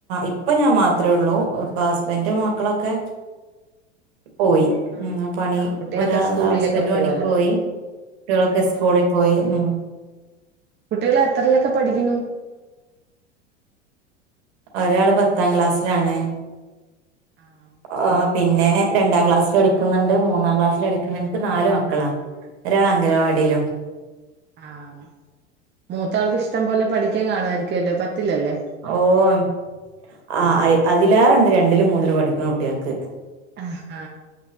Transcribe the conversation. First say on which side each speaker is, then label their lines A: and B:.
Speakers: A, on the right; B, on the right.
A: ഇപ്പൊ ഞാൻ മാത്രെ ഉള്ളൂ, പ്പൊ ഹസ്ബൻഡ് മക്കളൊക്കെ, പോയി
B: ആഹ്
A: പണി
B: ആഹ് കുട്ടികളൊക്കെ
A: ഒരാ
B: സ്കൂളിലൊക്കെ
A: ഹസ്ബൻഡ്
B: പോവല്ലോ
A: പണിക്കോയി, കുട്ടികളൊക്കെ സ്കൂളിൽ പോയി ഉ,
B: കുട്ടികള എത്രല്ലൊക്കെ പഠിക്കുന്നു?
A: ഒരാള് പത്താം ക്ലാസിലാണ്,
B: ആഹ്
A: ഒ പിന്നെ രണ്ടാം ക്ലാസ്സൽ പഠിക്കുന്നുണ്ട് മൂന്നാം ക്ലാസ്സൽ പഠിക്കുന്നുണ്ട് എനിക്ക് നാല് മക്കളാ, ഒരാളാ അങ്കനവാടിയിലും,
B: ആഹ് ആഹ് മൂത്താൾക്ക് ഇഷ്ടം പോലെ പഠിക്കാൻ കാണുമായിരിക്കല്ലോ പത്തിലല്ലേ,
A: ഓഹ് അ അതിലേറണ്ട് രണ്ടിലും മൂന്നിലും പഠിക്കണ കുട്ടികൾക്ക്,
B: അഹ